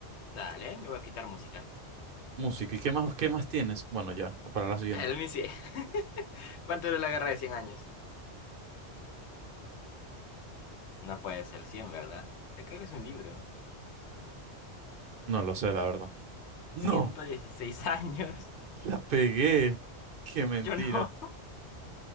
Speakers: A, on the left (about 75°); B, on the right (about 60°).
A: dale, le voy a quitar música.
B: música. ¿Y qué más, qué más tienes? Bueno, ya, para
A: <laughs>
B: la siguiente.
A: El Missy, <laughs> ¿Cuánto duró la guerra de cien años? No puede ser cien ¿verdad? Eh, Creo que es un libro.
B: No lo sé, la verdad. No,
A: ciento dieciséis años. <laughs>
B: la pegué. Qué mentira.
A: Yo no.